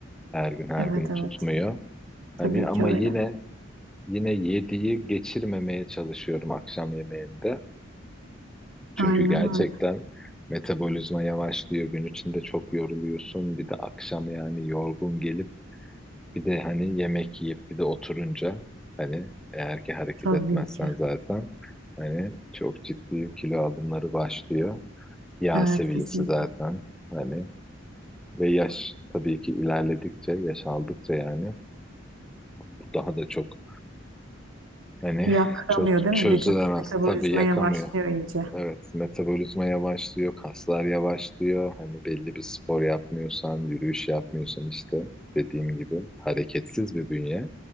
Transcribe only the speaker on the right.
Evet
evet.
Tabii
ki öyle.
Aynen
öyle.
Tabii
ki.
Evet
kesinlikle.
Yakamıyor
değil
mi? Vücut metabolizma
yavaşlıyor iyice.